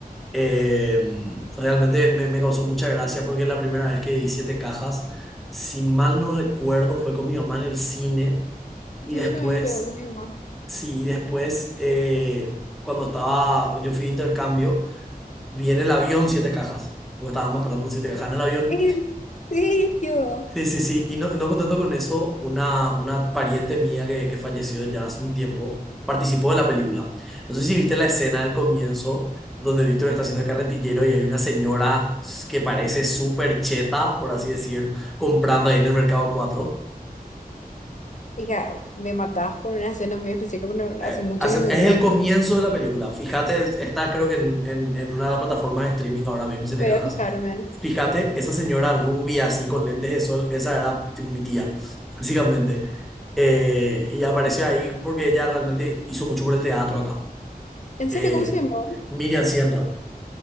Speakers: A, in the centre; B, on the left.
A: Eh, realmente me, me causó mucha gracia porque la primera vez que vi Siete Cajas, si mal no recuerdo, fue con mi mamá en el cine y
B: Sí,
A: después
B: yo también me fui a ver con mi mamá.
A: Sí, después, eh, cuando estaba, yo fui de intercambio, vi en el avión siete cajas, porque estaba mostrando siete cajas en el avión.
B: ¿En serio?
A: Sí, sí, sí, y no, no contento con eso, una, una pariente mía que, que falleció ya hace un tiempo participó de la película. No sé si viste la escena del comienzo, donde Víctor está haciendo el carretillero y hay una señora que parece súper cheta, por así decir, comprando ahí en el mercado cuatro
B: Hija, me matás con una escena muy específica, pero no-
A: Eh,
B: hace mucho
A: hace-
B: que no
A: es
B: veo
A: el comienzo
B: más.
A: de la película. Fíjate, es- está creo que en, en- en una de las plataformas de streaming ahora mismo, si te
B: Voy
A: cagas.
B: a fijarme.
A: Fíjate, esa señora rubia así con lentes de sol, esa era tipo mi tía, básicamente. Eh, y apareció ahí porque ella realmente hizo mucho por el teatro acá.
B: ¿En
A: Eh,
B: serio? ¿Cómo se llamaba?
A: Miriam Sierra.